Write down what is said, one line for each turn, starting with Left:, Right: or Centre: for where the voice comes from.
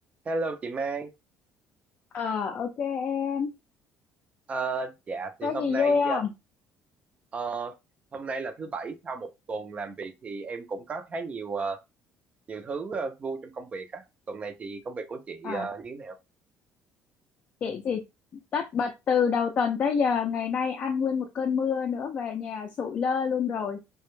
Right: Hello chị Mai,
Left: Ờ, ok em.
Right: Ờ, dạ
Left: Có
Right: thì hôm
Left: gì
Right: nay
Left: vui
Right: dạ,
Left: không?
Right: ờ, hôm nay là thứ bảy sau một tuần làm việc thì em cũng có khá nhiều ờ, nhiều thứ ờ, vui trong công việc á. Tuần này thì công việc của chị
Left: À,
Right: ờ, như thế nào?
Left: chị chỉ tất bật từ đầu tuần tới giờ ngày nay ăn nguyên một cơn mưa nữa về nhà sụi lơ luôn rồi.